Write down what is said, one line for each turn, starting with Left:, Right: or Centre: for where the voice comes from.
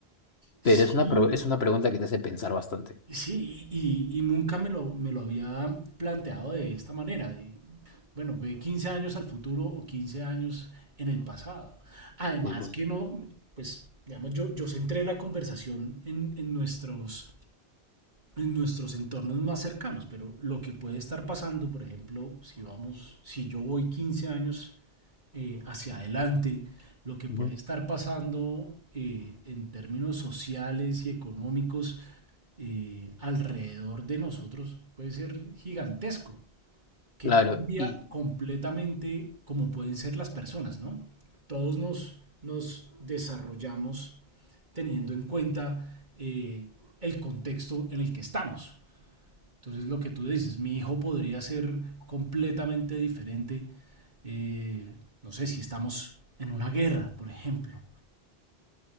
Right: sí,
Left: Pero es una, pro- es una pregunta que te hace pensar bastante.
Right: sí, y, y- y nunca me lo, me lo había planteado de esta manera, de, Bueno, ve 15 años al futuro o 15 años en el pasado. Además
Left: Sí, pues.
Right: que no, pues, digamos, yo, yo centré la conversación en, en nuestros, en nuestros entornos más cercanos, pero lo que puede estar pasando, por ejemplo, si vamos, si yo voy 15 años eh, hacia adelante, lo que puede
Left: Ujú.
Right: estar pasando eh, en términos sociales y económicos eh, alrededor de nosotros puede ser gigantesco que
Left: Claro,
Right: cambia
Left: y
Right: completamente cómo pueden ser las personas, ¿no? Todos nos, nos desarrollamos teniendo en cuenta eh, el contexto en el que estamos. Entonces lo que tú dices, mi hijo podría ser completamente diferente, eh, no sé si estamos en una guerra, por ejemplo.